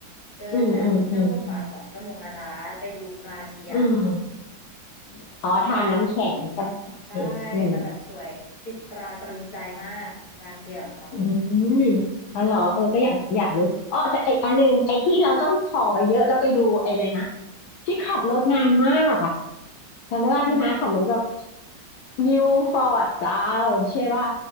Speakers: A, on the left (about 45°); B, on the left (about 65°).
A: เดินแบบชั่วโมงกว่าสองชั่วโมงนะจ๊ะไปดูกลาเซีย
B: อืมอืมอืมอืมอืมอ๋อทานน้ำแข็งใช่ปะปะเทียมอืม
A: แต่แบบใช่แต่แบบสวยติดตราตรึงใจมากกราเซียของเขา
B: อืมเอาเหรอเออก็อยากอยากรู้อ๋อแต่ไออันหนึ่งไอที่เราต้องถ่อไปเยอะเราไปดูไออะไรนะที่ขับรถนานมากอะจำได้ว่าที่น้าขับรถแบบ
A: อันไหน
B: นิวฟอร์ดซาวใช่ป่ะ